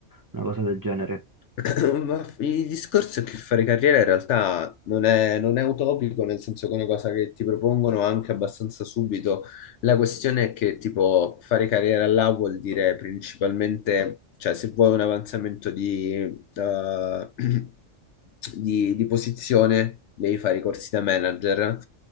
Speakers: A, on the right (about 20°); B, on the left (about 70°).
A: una cosa del genere?
B: <coughs> <clears throat> Ma il discorso è che fare carriera in realtà non è, non è utopico, nel senso che è una cosa che ti propongono anche abbastanza subito. La questione è che, tipo, fare carriera là vuol dire principalmente, cioè, se vuoi un avanzamento di, eh, <coughs> <clears throat> di, di posizione, devi fare i corsi da manager,